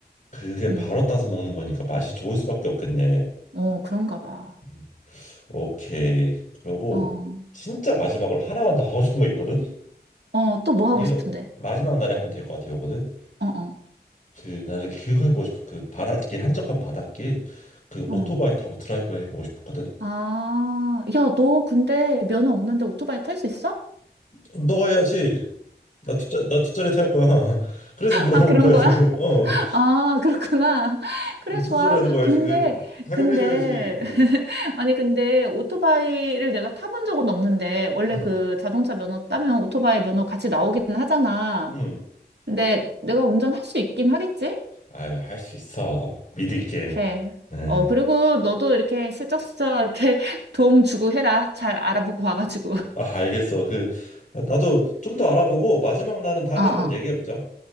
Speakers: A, on the left; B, on the right.
A: 그게
B: 음,
A: 바로 따서 먹는 거니까 맛이 좋을 수밖에 없겠네.
B: 어, 그런가 봐.
A: 음. 오케이. 그러고
B: 어,
A: 진짜 마지막으로 하나만 더 하고 싶은 거 있거든.
B: 어, 또 뭐 하고
A: 이거
B: 싶은데?
A: 마지막 날에 하면 될 것 같아 요거는.
B: 어, 어,
A: 그 나는 그거 해보고 싶어. 그 바닷길 한적한 바닷길 그
B: 어.
A: 오토바이 타고 드라이브 해보고 싶거든.
B: 아, 야, 너 근데 면허 없는데 오토바이 탈 수 있어?
A: 어, 너가 해야지. 나 뒷자 나 뒷자리 탈 거야. <laughs> 그래서 물어보는
B: 아, 그런
A: 거야
B: 거야?
A: 지금. 어
B: 아, 그렇구나. <laughs> 그래,
A: 무슨
B: 좋아.
A: 소리 하는 거야
B: 근데,
A: 지금. 당연히
B: 근데,
A: 해줘야지. 응.
B: <laughs> 아니, 근데 오토바이를 내가 타본 적은 없는데, 원래
A: 응.
B: 그 자동차 면허 따면 오토바이 면허 같이 나오기는 하잖아.
A: 응.
B: 근데 내가 운전할 수 있긴 하겠지?
A: 아유 할 수 있어. 믿을게.
B: 그래.
A: 응.
B: 어, 그리고 너도 이렇게 슬쩍슬쩍 이렇게 <laughs> 도움 주고 해라. 잘 알아보고 와가지고.
A: 아, 알겠어. 그 아, 나도 좀 더 알아보고 마지막 날은 다음에
B: <laughs> 어어.
A: 한번 얘기해 보자.